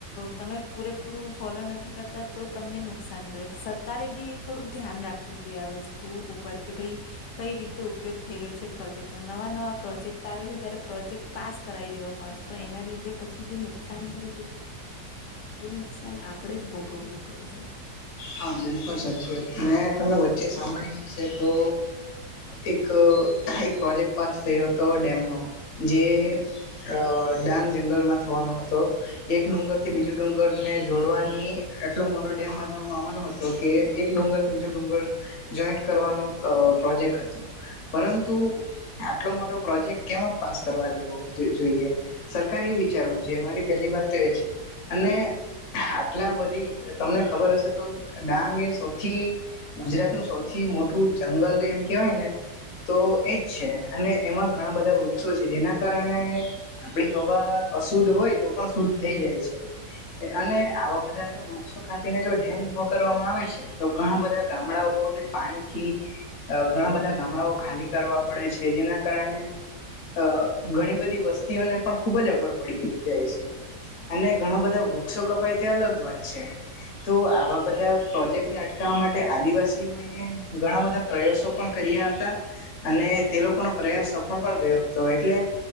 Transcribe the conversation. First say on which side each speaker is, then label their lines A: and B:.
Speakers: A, on the left; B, on the left.
A: તમે પૂરેપૂરું ફોલો નથી કરતા તો તમને નુકસાન કરે છે સરકારે બી થોડું ધ્યાન રાખ જોઈ આ વસ્તુ ઉપર કે ભાઈ કઈ રીતે ઉપયોગ થઈ રહ્યો છે પ્રોજેક્ટ ન નવા નવા પ્રોજેક્ટ આવે છે જ્યારે પ્રોજેક્ટ પાસ કરાવી દેવામાં આવે છે પણ એના લીધે પછી જે નુકસાન થાય છે. એ નુકસાન આપડે જ ભોગવવું પે છે
B: હા બિલકુલ સાચી વાત મેં તમે વચ્ચે સાંભળ્યું હ તો એક એક પ્રોજેક્ટ પાસ થયો હતો ડેમનો જે અ ડાંગ જંગલમાં થવાનો હતો એક ડુંગર થી બીજો ડુંગર ને જોડવાની એટલો મોટો ડેમ બના મા કે એક ડુંગરથી બીજું ડુંગર જોઈન્ટ કરવાનો અ પ્રોજેક્ટ હતો પરંતુ આટલો મોટો પ્રોજેક્ટ કેમ પાસ કરવા દેવો જોઈએ. સરકાર એ વિચારવું જો મારી પહેલી વાત તો એ છે. અને આટલા બધી તમને ખબર હશે. તો ડાંગ એ સૌથી ગુજરાત નું સૌથી મોટું જંગલ એમ કેહેવાય ને તો એજ છે અને એમાં ઘણા બધા વૃક્ષો છે જેના કારણે આપડી હવા અશુદ્ધ હોય તો પણ શુદ્ધ થઈ જાય છે અને આવા બધા જો વૃક્ષો કાપીને જો ડેમ ઉભો કરવામાં આવે છે તો ઘણા બધા ગામડાઓને પાણીથી ઘણા બધા ગામડાઓ ખાલી કરવા પડે છે જેના કારણે અ ઘણી બધી વસ્તીઓને પણ ખુબ જ અગવડ પડી જાય છે અને ઘણા બધા વૃક્ષો કપાય તે અલગ વાત છે તો આવા બધા પ્રોજેક્ટને અટકાવવા માટે આદિવાસીઓ એ ઘણા બધા પ્રયાસો પણ કર્યા હતા અને તે લોકોનો પ્રયાસ સફળ પણ ગયો હતો એટલે